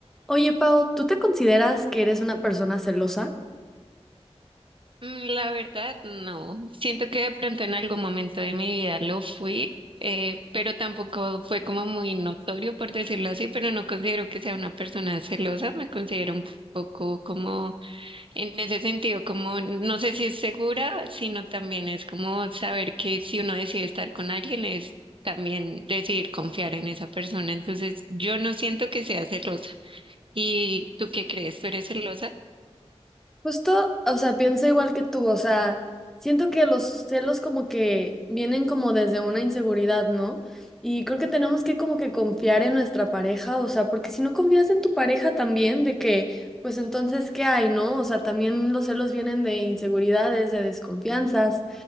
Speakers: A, in the centre; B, on the right (about 50°).
A: Oye, Pau, ¿tú te consideras que eres una persona celosa?
B: Mm, La verdad, no. Siento que de pronto en algún momento de mi vida lo fui, eh, pero tampoco fue como muy notorio, por decirlo así, pero no considero que sea una persona celosa, me considero un poco como, en ese sentido, como, no sé si es segura, sino también es como saber que si uno decide estar con alguien es también decidir confiar en esa persona. Entonces, yo no siento que sea celosa. ¿Y tú qué crees? ¿Tú eres celosa?
A: Justo, o sea, pienso igual que tú, o sea, siento que los celos como que vienen como desde una inseguridad, ¿no? Y creo que tenemos que como que confiar en nuestra pareja, o sea, porque si no confías en tu pareja también, de que, pues entonces, ¿qué hay, no? O sea, también los celos vienen de inseguridades, de desconfianzas,